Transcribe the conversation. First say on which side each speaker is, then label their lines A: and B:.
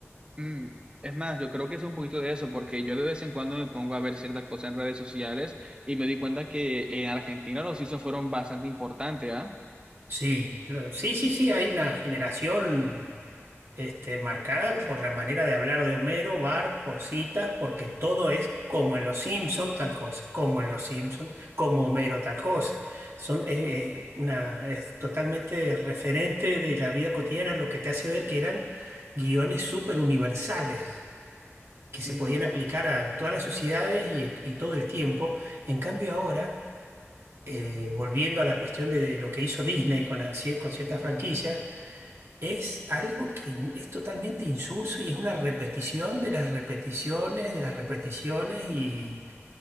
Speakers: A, on the right; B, on the right.
A: Mm, Es más, yo creo que es un poquito de eso, porque yo de vez en cuando me pongo a ver ciertas cosas en redes sociales y me di cuenta que en Argentina los Simpsons fueron bastante importantes, ¿ah?
B: Sí, lo- sí, sí, sí, hay una generación este, marcada por la manera de hablar de Homero, Bart, por citas, porque todo es como en los Simpson tal cosa, como en los Simpson, como Homero tal cosa. Son, es, es una, es totalmente referente de la vida cotidiana, lo que te hace ver que eran guiones súper universales. que se
A: Mm.
B: podían aplicar a todas las sociedades y, y todo el tiempo. En cambio ahora, eh, volviendo a la cuestión de, de lo que hizo Disney con, las cier- con ciertas franquicias, es algo que n- es totalmente insulso y es una repetición de las repeticiones, de las repeticiones y